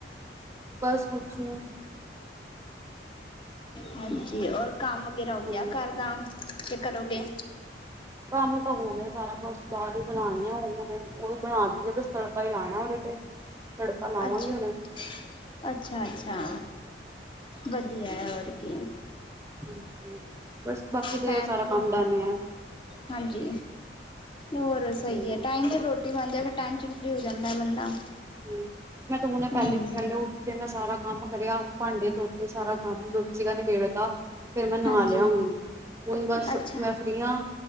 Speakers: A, on the right; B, on the left.
A: ਬਸ ਕੁਛ
B: ਹਾਂਜੀ ਔਰ ਕੰਮ ਵਗੈਰਾ ਹੋ
A: ਹ
B: ਗਿਆ ਘਰ ਦਾ ਕਿ ਕਰੋਗੇ
A: ਕੰਮ ਤਾਂ ਹੋ ਗਿਆ ਸਾਰਾ ਬਸ ਦਾਲ ਹੀ ਬਣਾਉਣੀ ਆ ਉਹਨੇ ਉਹ ਵੀ ਬਣਾ ਦੀਤੀ ਆ ਬਸ ਤੜਕਾ ਹੀ ਲਾਣਾ ਉਹਦੇ ਤੇ ਲਾਵਾਂਗੇ
B: ਅੱਛਾ
A: ਹੁਣੇ
B: ਅੱਛਾ ਅੱਛਾ ਵਧੀਆ ਹੈ ਕ
A: ਹਮ ਹਮ ਬਸ ਬਾਕੀ ਤੇ
B: ਫੈਮਲੀ
A: ਸਾਰਾ ਕੰਮ ਡਨ ਹੈ
B: ਹਾਂਜੀ ਹੋਰ ਸਹੀ
A: ਜੀ
B: ਹੈ ਟਾਈਮ ਚ ਰੋਟੀ ਰੋਟੀ ਬਣ ਜਾ ਫਿਰ ਟੈਨਸ਼ਨ ਫਰੀ ਹੋ ਜਾਂਦਾ ਬੰਦਾ
A: ਹਮ ਮੈਂ ਤੂੰ ਹੁਣੇ
B: ਹਮ
A: ਪਹਿਲੇ ਪਹਿਲੇ ਉੱਠ ਕੇ ਮੈਂ ਸਾਰਾ ਕੰਮ ਕਰਿਆ ਭਾਂਡੇ ਤੋ ਕੇ ਸਾਰਾ ਕੰਮ ਜੋ ਵੀ ਸੀਗਾ ਨਿਬੇੜਦਾ ਫਿਰ ਮੈਂ ਨਾ
B: ਹਾਂਜੀ
A: ਲਿਆ ਹੁਣ ਹੁਣ ਬਸ
B: ਅੱਛਾ
A: ਮੈਂ ਫ੍ਰਰੀ ਹਾਂ